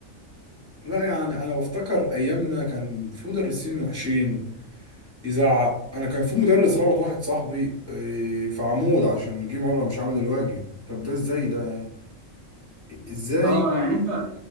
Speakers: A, on the left; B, on the right.
A: لا يعني انا بفتكر ايامنا كان في مدرسين وحشين يزعق انا كان في مدرس ربط واحد صاحبي آه، في عمود عشان جه مره مش عامل الواجب طب ده ازاي ده ازاي
B: اه يعني انت